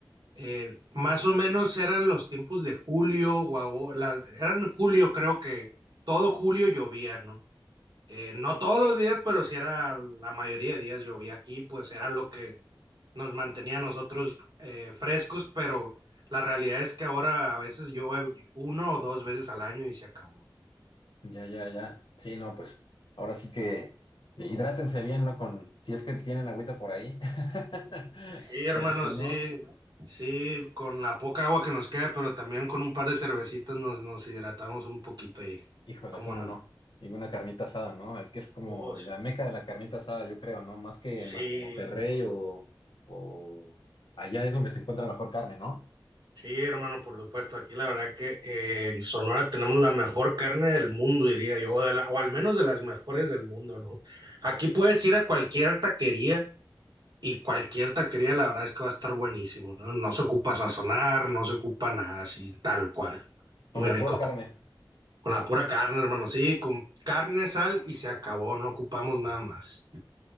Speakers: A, on the right; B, on the left.
A: eh, más o menos eran los tiempos de julio, o ago- la- eran julio, creo que todo julio llovía, ¿no? Eh, no todos los días, pero sí era la mayoría de días llovía aquí, pues era lo que nos mantenía a nosotros eh, frescos, pero la realidad es que ahora a veces llueve uno o dos veces al año y se acabó.
B: Ya, ya, ya. Sí, no, pues ahora sí que eh, hidrátense bien, ¿no? Con, si es que tienen agüita por ahí. <laughs>
A: Sí, hermano,
B: Porque si
A: sí,
B: no,
A: sí, con la poca agua que nos queda, pero también con un par de cervecitas nos, nos hidratamos un poquito y,
B: híjola,
A: ¿cómo
B: ¿cómo
A: no?
B: no? Y una carnita asada, ¿no? Eh, Que es como
A: Oh, sí.
B: la meca de la carnita asada, yo creo, ¿no? Más que
A: Sí,
B: Man- Monterrey o, o allá es donde se encuentra mejor carne, ¿no?
A: sí, hermano, por supuesto. Aquí la verdad que eh, en Sonora tenemos la mejor carne del mundo, diría yo, o, de la- o al menos de las mejores del mundo, ¿no? Aquí puedes ir a cualquier taquería y cualquier taquería, la verdad es que va a estar buenísimo, ¿no? No se ocupa sazonar, no se ocupa nada así, tal cual.
B: Con
A: Muy
B: la
A: rico
B: pura carne.
A: Con la pura carne, hermano. Sí, con carne, sal y se acabó. No ocupamos nada más.